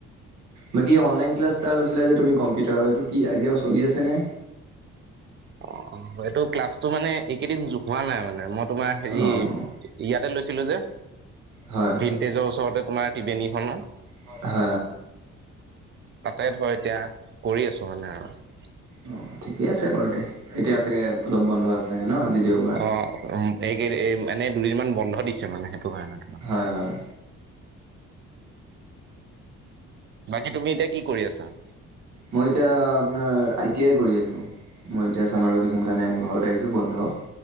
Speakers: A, on the right (about 75°); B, on the right (about 40°).
A: বাকি অনলাইন ক্লাছ। টা লৈছিলা যে তুমি কম্পিউটাৰ সেইটো কি আজিও চলি আছে নে।
B: অ অ এইটো ক্লাছটো মানে এইকেইদিন হোৱা নাই মানে মই তোমাৰ হেৰি
A: অঁ
B: ইয়াত। লৈছিলো যে
A: হয়
B: ভিনটেজৰ ওচৰতে তোমাৰ টিবেনীখনত।
A: হ হ।
B: তাতে ধৰ এতিয়া কৰি আছো মানে আৰু
A: অঁ ঠিকে আছে বাৰু এতিয়া চাগে অলপ বন্ধ আছে চাগে ন। আজি দেওবাৰ
B: অ এইকেইদ এনে দুদিনমান বন্ধ দিছে মানে। ন।
A: হয় হয়
B: বাকী তুমি এতিয়া কি কৰি আছা।
A: মই এতিয়া আপোনাৰ আই টি আই কৰি আছো। মই এতিয়া চামাৰ ভেকেশ্যন কাৰণে ঘৰত আহিছো বন্ধ।